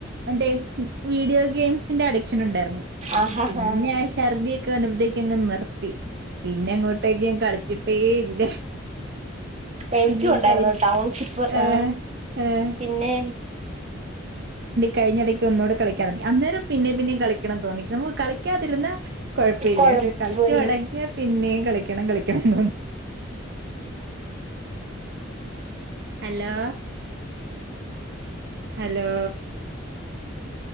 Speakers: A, on the right; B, on the right.
A: മറ്റേ വീഡിയോഗെയിംസ്ന്റെ അട ക്ഷനുണ്ടായിരുന്നു
B: ആഹാ
A: പിന്നെ
B: ഹാ
A: ആ ഛർദി ക്കനംതേക്കനെനിർത്തി പിന്നെ അങ്ങോട്ടേക്ക് ഞൻ കളിച്ചിട്ടേ ഇല്ല
B: എനിക്കും
A: പിന്നെ ഈ
B: ഉണ്ടായിർന്നു
A: കഴി
B: ടൗൺഷിപ്പ്
A: ഏഹ്
B: ആ
A: ഏഹ്
B: പിന്നെ
A: കഴിഞ്ഞടക് ഒന്നോട് കളിക്കാൻ തുടങ്ങി അന്നേരം പിന്നെ പിന്നെയും കളിക്കണം തോന്നി നമ്മ കളിക്കാതിരുന്ന കുഴപ്പില്ല
B: കൊഴപ്പ
A: പഷേ കളിച്ചു തുടങ്ങിയ പിന്നെയും കളിക്കണം കളിക്കണം തോന്നു hello hello